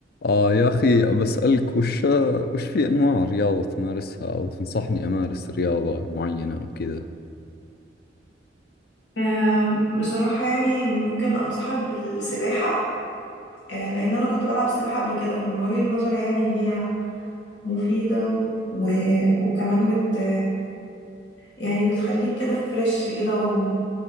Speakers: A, on the left; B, on the left.
A: آه يا أخي بسألك وش وش في أنواع رياضة تمارسها أو تنصحني أمارس رياضة معينة أو كذا
B: آه، بصراحة يعني ممكن أنصحك بالسباحة آه، لأن أنا كنت بلعب سباحة قبل كده فمن وجهة نظري يعني إن هي مفيدة و... و... وكمان بت يعني بتخليك كده فريش كده و...